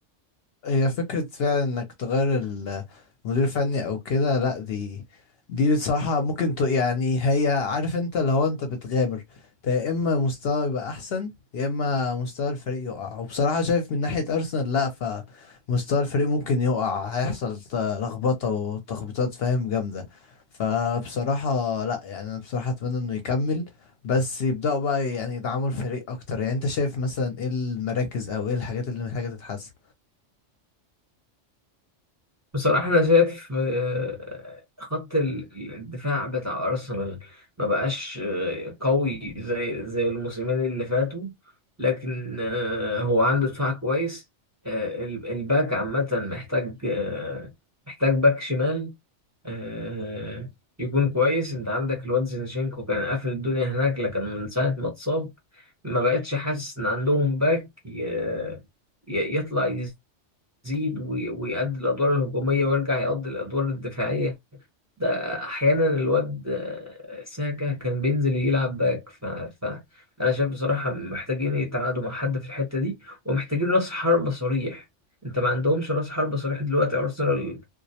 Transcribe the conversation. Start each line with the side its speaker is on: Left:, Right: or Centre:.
Left: هي فكرة فعلا انك تغير ال- المدير الفني او كده لا دي دي بصراحة ممكن ت... يعني هي عارف انت اللي هو انت بتغامر انت يا اما مستوى يبقى احسن يا اما مستوى الفريق يقع وبصراحة شايف من ناحية ارسنال لا فمستوى الفريق ممكن يقع هيحصل ت- لخبطة وتخبيطات فاهم جامدة فبصراحة لا يعني انا بصراحة اتمنى انه يكمل بس يبدأوا بقى يعني يدعموا الفريق اكتر يعني انت شايف مثلا ايه المراكز او ايه الحاجات اللي محتاجة تتحسن
Right: بصراحة أنا شايف آه، خط ال- ال- الدفاع بتاع أرسنال ما بقاش آه، قوي زي زي الموسمين اللي فاتوا لكن آه، هو عنده دفاع كويس آه، ال- الباك عامة محتاج آه، محتاج باك شمال آه، يكون كويس أنت عندك الواد زينشينكو كان قافل الدنيا هناك لكن من ساعة ما اتصاب ما بقتش حاسس إن عندهم باك ي- ي- يطلع يزيد وي- ويأدي الأدوار الهجومية ويرجع يقضي الأدوار الدفاعية ده أحيانا الواد آه، ساكا كان بينزل يلعب باك ف... ف... أنا شايف بصراحة محتاجين يتعاقدوا مع حد في الحتة دي ومحتاجين رأس حربة صريح أنت ما عندهمش رأس حربة صريح دلوقتي أرسنال